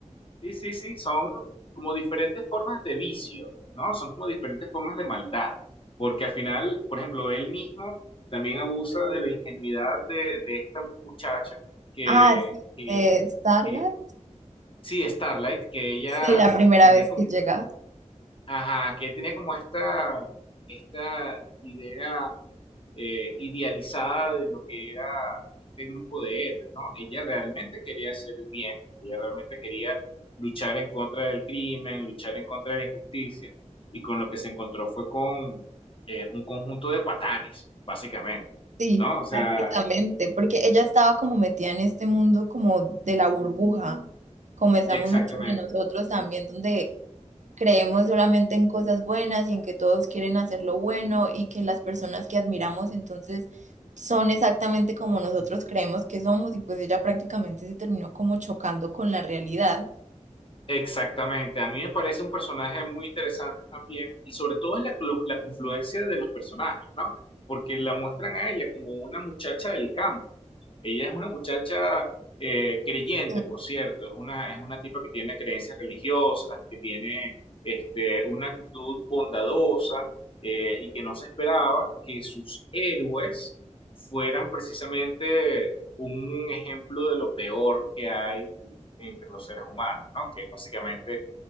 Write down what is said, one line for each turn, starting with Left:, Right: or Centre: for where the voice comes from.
Left: Sí, sí, sí, son como diferentes formas de vicio, ¿no? Son como diferentes formas de maldad, porque al final, por ejemplo, él mismo también abusa de la ingenuidad de, de esta muchacha que,
Right: Ah, sí,
Left: que,
Right: de Starlight.
Left: que- sí, Starlight, que ella
Right: Sí, la primera
Left: tenía
Right: vez
Left: como,
Right: que llega.
Left: ajá, que tenía como esta, esta idea eh, idealizada de lo que era este grupo de héroes, ¿no? Ella realmente quería hacer el bien, ella realmente quería luchar en contra del crimen, luchar en contra de la injusticia, y con lo que se encontró fue con eh, un conjunto de patanes, básicamente,
Right: Sí.
Left: ¿no? O sea,
Right: Exactamente, porque ella estaba como metida en este mundo como de la burbuja, como estamos
Left: exactamente,
Right: muchos de nosotros también, donde creemos solamente en cosas buenas y en que todos quieren hacer lo bueno y que las personas que admiramos entonces son exactamente como nosotros creemos que somos y pues ella prácticamente se terminó como chocando con la realidad.
Left: exactamente. A mí me parece un personaje muy interesante también, y sobre todo es la, clu- la confluencia de los personajes, ¿no? Porque la muestran a ella como una muchacha del campo Ella es una muchacha eh, creyente,
Right: Sí,
Left: por cierto, es una, es una tipa que tiene creencias religiosas, que tiene este, una actitud bondadosa eh, y que no se esperaba que sus héroes fueran precisamente un ejemplo de lo peor que hay entre los seres humanos, ¿no? Que es básicamente